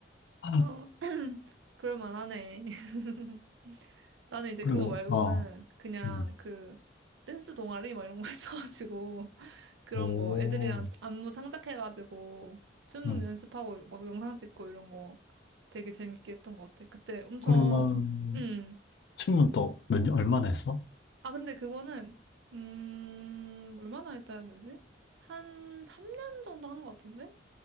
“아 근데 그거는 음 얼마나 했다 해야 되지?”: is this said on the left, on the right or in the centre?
Right